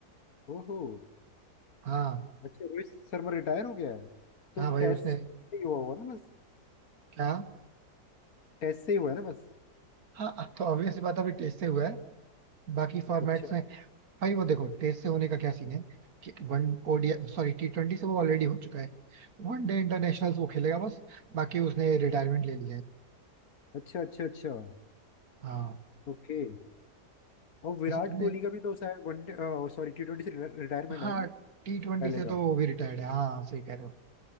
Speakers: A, on the left; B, on the right.
A: ओहो
B: हाँ
A: अच्छा रोहित शर्मा रिटायर हो गया है तो
B: हाँ भाई
A: टेस्ट
B: उसने
A: से ही हुआ हुआ ना बस
B: क्या
A: टेस्ट से ही हुआ है ना बस
B: हाँ तो ऑब्वियस बात है, अभी टेस्ट से हुआ है बाकी फॉर्मेट्स
A: अच्छा
B: में भाई वो देखो टेस्ट से होने का क्या सीन है कि one ODI sorry T twenty से वो ऑलरेडी हो चुका है वन डे इंटरनेशनल वो खेलेगा बस बाकी उसने रिटायरमेंट ले ली है
A: अच्छा अच्छा अच्छा
B: हाँ
A: ओके और विराट
B: वैसे तुमने
A: कोहली का भी तो शायद वनडे सॉरी टी ट्वेंटी से रिटायरमेंट
B: हाँ
A: है ना
B: टी ट्वेंटी
A: पहले
B: से
A: का
B: तो वो भी रिटायर्ड है हाँ सही कह रहे हो